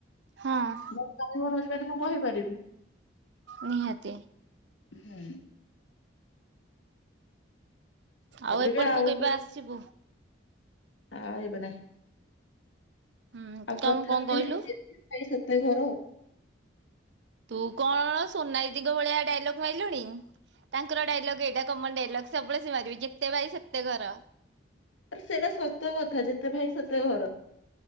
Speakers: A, on the right; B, on the left.
A: ହଁ
B: ମୋ ସ୍ଵାମୀ ବନଉଛି ମାନେ ମୁଁ କହିପାରିବି।
A: ନିହାତି।
B: ହୁଁ। ତାପରେ
A: ଆଉ ଏପଟକୁ
B: ବି
A: କେବେ
B: କୋଉ
A: ଆସିବୁ?
B: ଆଉ ଯିବି ନାହିଁ।
A: ହୁଁ
B: ଆଉ
A: କଣ
B: କଥା
A: କଣ
B: ରେ
A: କହିଲୁ
B: ବି ନାଇଁ ଯେତେ ଭାଇ ସେତେ ଘର।
A: ତୁ କଣ ସୋନ ଦିଦିଙ୍କ ଭଳିଆ ଡାଇଲଗ୍ ମାରିଲୁଣି ତାଙ୍କର ଡାଇଲଗ୍ ଏଇଟା କମନ ଡାଇଲଗ୍। ସବୁବେଳେ ସିଏ ମାରିବେ, ଯେତେ ଭାଇ ସେତେ ଘର।
B: ଆରେ ସେଇଟା ସତ କଥା ଯେତେ ଭାଇ ସେତେ ଘର।